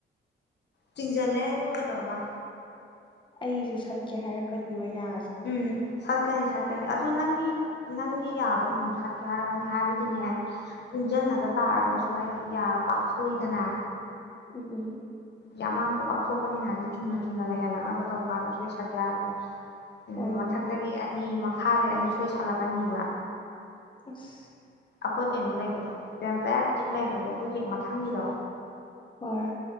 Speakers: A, on the left; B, on the left.
A: ꯆꯤꯡꯖꯜꯂꯦ ꯑꯗꯨꯒ ꯀꯩꯗꯧꯔꯕ
B: ꯑꯩꯒꯤꯖꯨ ꯁꯠꯀꯦ ꯍꯥꯏꯔꯛꯀꯅꯤꯕ ꯌꯥ
A: ꯎꯝ ꯁꯠꯀꯅꯤ ꯁꯠꯀꯅꯤ ꯑꯗꯣ ꯅꯪꯒꯤ ꯅꯪꯒꯤ ꯌꯥꯗꯣ ꯎꯝ ꯁꯠꯀꯦ ꯍꯥꯏꯔꯛꯀꯅꯤ ꯍꯥꯏꯕꯗꯤꯅꯦ ꯀꯨꯡꯖꯟꯅꯔ ꯇꯥꯔꯒꯁꯨ ꯍꯥꯏꯗꯤ ꯌꯥ ꯄꯥꯛꯊꯣꯛꯏꯗꯅ
B: ꯎꯝ ꯎꯝ
A: ꯌꯥꯝꯃꯥꯡꯗꯣ ꯄꯥꯛꯊꯣꯛꯄꯅꯤꯅ ꯍꯥꯏꯗꯤ ꯆꯨꯝꯅ ꯆꯨꯝꯅ ꯂꯩꯍꯜꯂꯛꯅꯕ ꯇꯧ ꯀꯥꯟꯗ ꯁꯣꯏ ꯁꯠꯀꯦ ꯍꯥꯏꯔꯛꯀꯅꯤ ꯎꯝ
B: ꯍꯣꯏꯅꯦ
A: ꯃꯊꯛꯇꯒꯤ ꯑꯅꯤ ꯃ ꯃꯈꯥꯗꯩꯩ ꯑꯅꯤ ꯁꯣꯏ ꯁꯜꯂꯛꯀꯅꯤꯕ
B: ꯏꯁ
A: ꯑꯩꯈꯣꯏ ꯀꯩꯅꯣ ꯂꯩꯕꯗꯣ ꯕꯦꯝꯄꯥꯌꯔ ꯇꯤꯠ ꯂꯩꯕꯗꯣ ꯑꯗꯨꯒꯤ ꯍꯦꯛ ꯃꯊꯪꯒꯤꯗꯣ
B: ꯍꯣꯏ